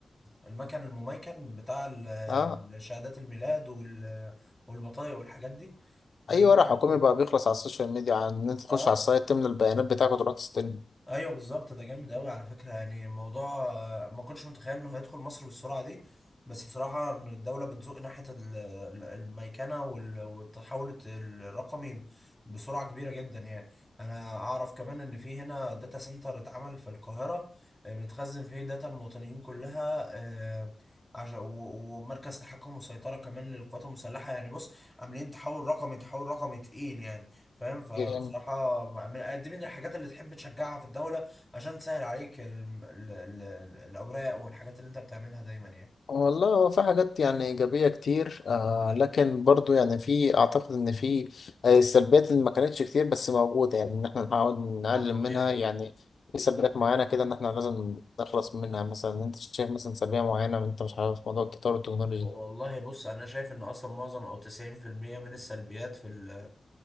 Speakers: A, in the centre; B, on the left.
A: المكن المميكن بتاع ال-
B: آه
A: شهادات الميلاد وال- والبطايق والحاجات دي ده
B: اي
A: جامد
B: ورق حكومي
A: قوي
B: بقى بيخلص على السوشيال ميديا عن ان انت تخش
A: اه
B: على السايت تملى البيانات بتاعك وتروح تستلم
A: ايوه بالظبط ده جامد قوي على فكره يعني الموضوع آه، ما كنتش متخيل انه هيدخل مصر بالسرعه دي بس بصراحه إن الدوله بتزق ناحيه ال- ال- الميكنه وال- والتحول الرقمي بسرعه كبيره جدا يعني انا اعرف كمان ان في هنا داتا سنتر اتعمل في القاهره آه، بتخزن فيه داتا المواطنين كلها آه، عشان و- ومركز تحكم وسيطره كمان للقوات المسلحه يعني بص عاملين تحول رقمي تحول رقمي تقيل يعني فاهم فبصراحة
B: يعني
A: من دي من الحاجات اللي تحب تشجعها في الدولة عشان تسهل عليك ال- ال- ال- الأوراق والحاجات اللي أنت بتعملها دايما يعني
B: والله هو في حاجات يعني ايجابيه كتير آه لكن برضو يعني في اعتقد ان في آه، سلبيات اللي ما كانتش كتير بس موجوده يعني ان احنا نحاول نقلل
A: اه طبيعي
B: منها يعني في سلبيات معينه كده ان احنا لازم نخلص منها مثلا انت شايف مثلا سلبيه معينه انت مش عارف موضوع التطور التكنولوجي
A: والله بص أنا شايف إن أصلا معظم أو 90% من السلبيات في ال